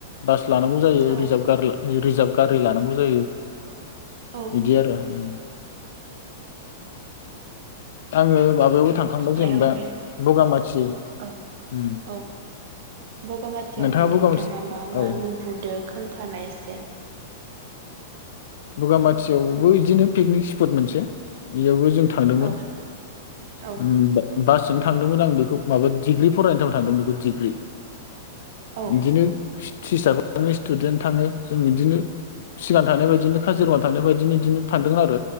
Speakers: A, on the left; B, on the right.
A: बास लानांगौ जायो
B: औ
A: रिजार्भ रिजार्भ गारि लानांगौ जायो‌।
B: औ
A: बिदि आरो उम। आङो माबायावबो थांखांबाय जेनेबा
B: दावबाय
A: बगामाथि
B: औ
A: उम
B: औ बगामाथियावहाय
A: नोंथाङा बगामाथि
B: मा मा
A: औ
B: नुबोदो खोन्थानाय एसे।
A: बगामाथियावबो बिदिनो पिकनिक स्पट मोनसे बेयावबो जों थांदोंमोन
B: औ औ
A: उम बासजोंनो थांदोंमोन। आं बेखौ माबा डिग्रि फरायनाय टाइमाव थांदोंमोन बेखौ डिग्रि।
B: औ
A: इदिनो टिचारबो थाङो स्टुडेन्ट थाङो जों इदिनो सिगां थानाय बायदिनो खाजिरङा थांनाय बादिनो बिदिनो थांदों आरो